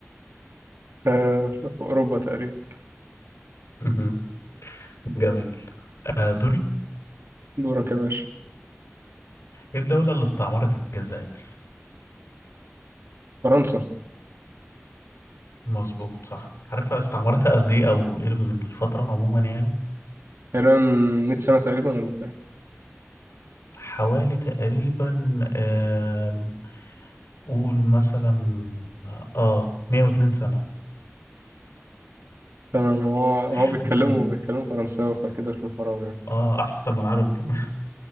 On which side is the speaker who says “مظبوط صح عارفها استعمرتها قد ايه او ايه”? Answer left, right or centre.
Left